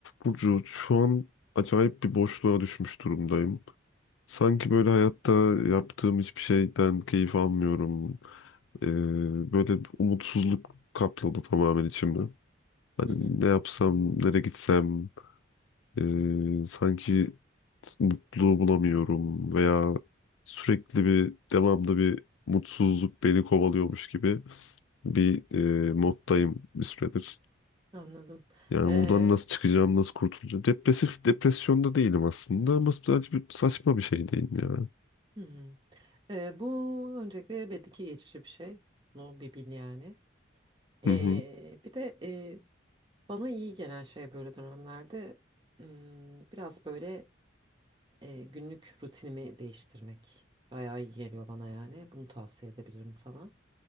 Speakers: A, on the left; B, on the right.
A: Burcu şu an acayip bir boşluğa düşmüş durumdayım. Sanki böyle hayatta yaptığım hiçbir şeyden keyif almıyorum. Ee, böyle bir umutsuzluk kapladı tamamen içimi. Hani
B: Hı hı,
A: ne yapsam, nereye gitsem, ee, sanki mutluluğu bulamıyorum veya sürekli bir devamlı bir mutsuzluk beni kovalıyormuş gibi bir ee, moddayım bir süredir.
B: anladım.
A: Yani
B: Ee,
A: buradan nasıl çıkacağım, nasıl kurtulacağım? Depresif, depresyonda değilim aslında ama sadece bir saçma bir şey değil ya.
B: hı hı. Ee, bu öncelikle belli ki geçici bir şey. No bir bil yani. Ee,
A: Hı hı.
B: bir de e, bana iyi gelen şey böyle dönemlerde hmm, biraz böyle e, günlük rutinimi değiştirmek. Bayağı iyi geliyor bana yani. Bunu tavsiye edebilirim sana.